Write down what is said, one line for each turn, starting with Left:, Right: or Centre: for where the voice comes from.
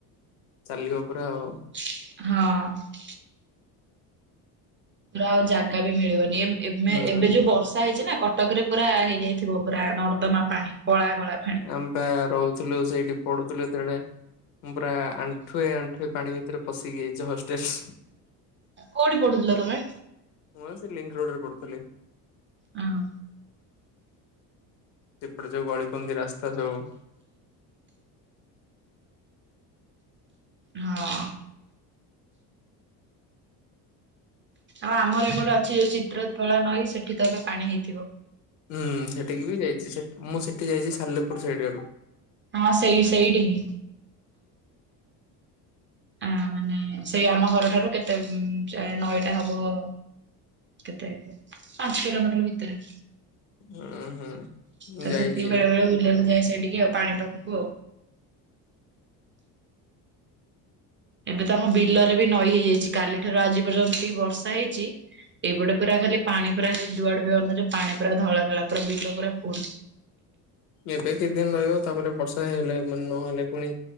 Left: ଚାଲିବ ପରା ଆଉ।
Right: ହଁ। ଆଉ ଜାଗା ବି ମିଳିବନି ଏ
Left: ହୁଁ
Right: ଏବେ ଯୋଉ ବର୍ଷା ହେଇଛି ନା କଟକ ରେ ପୁରା ହେଇଯାଇଥିବ ପୁରା ନର୍ଦ୍ଦମା ପାଣି କଳାକଳା
Left: ଆମେ ପା ରହୁଥିଲୁ ସେଇଠି ପଢୁଥିଲୁ ଯେତେବେଳେ। ମୁଁ ପୁରା ଆଣ୍ଠୁଏ ଆଣ୍ଠୁଏ ପାଣି ଭିତରେ ପଶିକି ଯାଇଛି ହଷ୍ଟେଲ।
Right: କୋଉଠି ପଡୁଥିଲ ତମେ?
Left: ମୁଁ ଆଉ ସେ ଲିଙ୍କ ରୋଡ଼ରେ ପଢୁଥିଲି।
Right: ଓ ହୋ।
Left: ସେପଟେ ଯୋଉ ଗଳିକନ୍ଦି ରାସ୍ତା ସବୁ
Right: ହଁ। ଆଉ ଆମର ଏପଟେ ଅଛି ଯୋଉ ଚିତ୍ରକଳା ନଈ ସେଠି ତ ଏବେ ପାଣି ହେଇଥିବ।
Left: ହୁଁ ସେଠିକି ବି ଯାଇଛି ମୁଁ ସେଠି ଯାଇଛି ସାଲେପୁର ସେଇ ଆଡୁ
Right: ହଁ ସେଇ ସେଇଠି ହିଁ। ଆ ମାନେ ସେଇ ଆମ ଘରଠାରୁ କେତେ ନଈଟା ହବ? କେତେ ପାଞ୍ଚ କିିଲୋ ମଟର ଭିତରେ।
Left: ଉଁ ହୁଁ ମୁଁ
Right: ତ
Left: ଯାଇଛି
Right: ସେତିକି ବେଳେ ବେଳେ ବୁଲିବାକୁ ଯାଏ ସେଇଠିକି ଆଉ ପାଣି ପାଖକୁ ଆଉ। ଏବେ ତ ଆମ ବିଲରେ ବି ନଈ ହେଇଯାଇଛି କାଲିଠାରୁ ଆଜି ପର୍ଯ୍ୟନ୍ତ ଯେମିତି ବର୍ଷା ହେଇଛି। ଏଇପଟେ ପୁରା ଖାଲି ପାଣି ପୁରାଇ ଯୁଆଡେ ଅନୁଅ ପାଣି ପୁରା ଧଳା ଧଳା ପୁରା ବିଲ ପୁରା ପୁଣି
Left: ଏବେ କିଛି ଦିନ ରହିବ ତାପରେ ବର୍ଷା ହେଇ ହେଲେ ନହେଲେ ପୁଣି